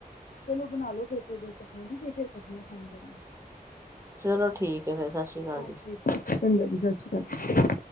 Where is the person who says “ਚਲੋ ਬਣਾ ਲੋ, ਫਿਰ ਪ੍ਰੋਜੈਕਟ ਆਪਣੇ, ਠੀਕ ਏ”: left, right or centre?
Left